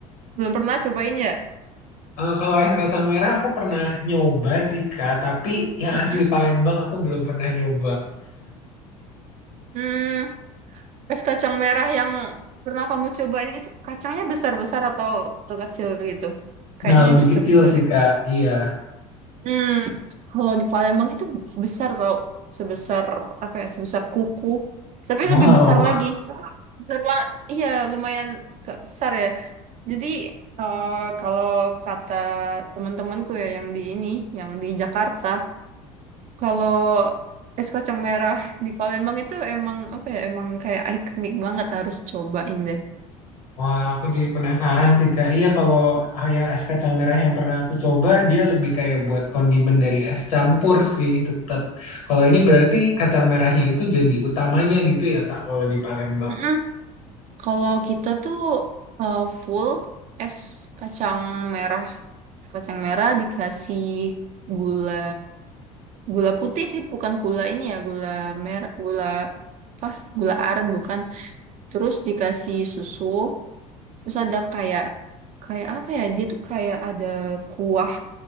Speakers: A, on the right; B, on the left.
A: belum pernah cobain ya?
B: Eh, kalau es kacang merah aku pernah nyoba sih Kak, tapi yang
A: Mm-mm.
B: asli Palembang aku belum pernah nyoba.
A: Hmm, es kacang merah yang pernah kamu cobain itu kacangnya besar-besar atau kecil-kecil gitu? Kayaknya
B: Nah, lebih
A: yang kecil-kecil
B: kecil sih
A: deh.
B: Kak. Iya.
A: Hmm, kalau di Palembang itu besar tau, sebesar apa ya, sebesar kuku. Tapi
B: Wow.
A: lebih besar lagi. Besar banget. Iya, lumayan gak besar ya. Jadi eh, kalau kata teman-temanku ya yang di ini, yang di Jakarta, kalau es kacang merah di Palembang itu emang apa ya, emang kayak ikonik banget harus cobain
B: Wah, aku jadi penasaran sih, Kak. Iya, kalau kayak es kacang merah yang pernah aku coba, dia lebih kayak buat kondimen dari es campur sih, tetap. Kalau ini berarti kacang merahnya itu jadi utamanya gitu ya, Kak, kalau di Palembang.
A: deh. Kalau kita tuh eh, full es kacang merah, es kacang merah dikasih gula gula putih sih, bukan gula ini ya, gula merah, gula apa? Gula aren bukan. Terus dikasih susu, terus ada kayak kayak apa ya? Dia tuh kayak ada kuah